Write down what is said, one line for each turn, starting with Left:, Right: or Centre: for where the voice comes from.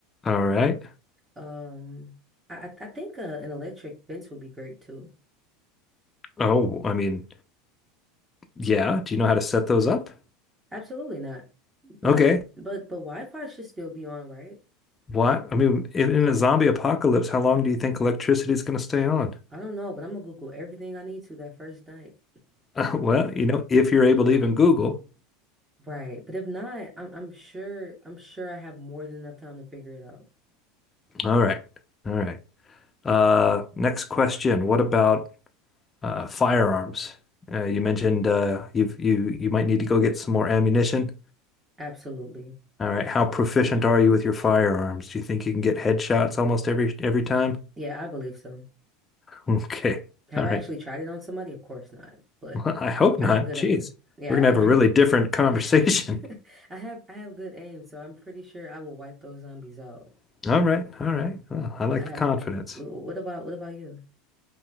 Left: All right.
Right: Um, I I I think uh, an electric fence would be great too.
Left: Oh, I mean, yeah. Do you know how to set those up?
Right: Absolutely not. But
Left: Okay.
Right: but but Wi-Fi should still be on, right?
Left: What? I mean, in, in a zombie apocalypse, how long do you think electricity is going to stay on?
Right: I don't know, but I'm gonna Google everything I need to that first night.
Left: <laughs> Uh, Well, you know, if you're able to even Google.
Right: Right. But if not, I'm I'm sure I'm sure I have more than enough time to figure it out.
Left: All right. All right. Uh, next question. What about uh, firearms? Uh, you mentioned uh, you've, you you might need to go get some more ammunition.
Right: Absolutely.
Left: All right. How proficient are you with your firearms? Do you think you can get headshots almost every every time? <laughs>
Right: Yeah, I believe so.
Left: Okay.
Right: Have
Left: All
Right: I
Left: right.
Right: actually tried it on somebody? Of course not. But
Left: Well, I hope not.
Right: I have good
Left: Jeez.
Right: aim. Yeah,
Left: We're gonna have a
Right: I
Left: really
Right: mean
Left: different conversation.
Right: <laughs> I have I have good aim, so I'm pretty sure I will wipe those zombies out.
Left: <laughs> All right. All right. Well, I like
Right: I
Left: the
Right: have.
Left: confidence.
Right: What about what about you?